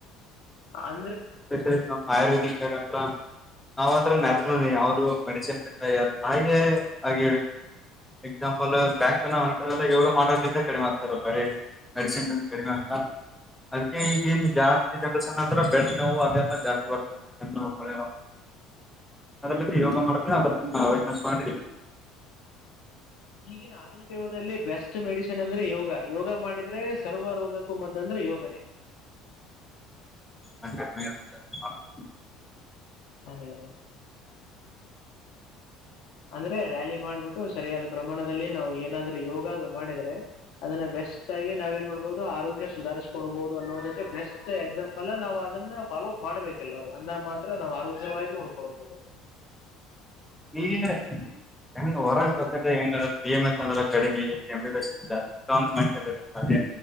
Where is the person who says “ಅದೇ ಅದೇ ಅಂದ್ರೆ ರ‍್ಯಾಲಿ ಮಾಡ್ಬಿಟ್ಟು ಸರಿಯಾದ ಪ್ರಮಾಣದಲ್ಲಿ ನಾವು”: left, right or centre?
Left